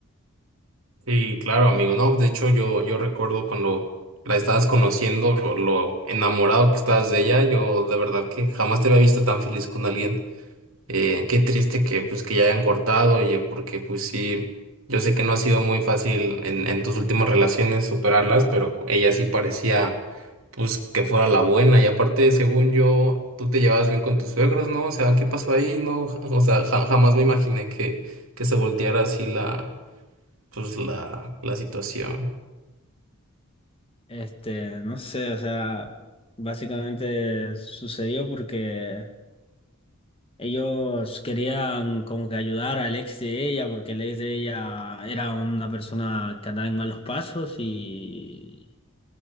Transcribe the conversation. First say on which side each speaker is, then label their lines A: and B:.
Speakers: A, on the right; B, on the left.
A: Sí, claro, amigo. No, de hecho, yo, yo recuerdo cuando la estabas conociendo, lo, lo enamorado que estabas de ella, yo de verdad que jamás te había visto tan feliz con alguien. Eh, qué triste que pues que ya hayan cortado, oye, porque pues sí, yo sé que no ha sido muy fácil en, en tus últimas relaciones superarlas, pero ella sí parecía pues que fuera la buena. Y aparte, según yo, tú te llevabas bien con tus suegros, ¿no? O sea, ¿qué pasó ahí? No, o sea, ja- jamás me imaginé que, que se volteara así la, pues la, la situación.
B: este, no sé, o sea, básicamente sucedió porque... Ellos querían como que ayudar al ex de ella, porque el ex de ella era una persona que andaba en malos pasos y,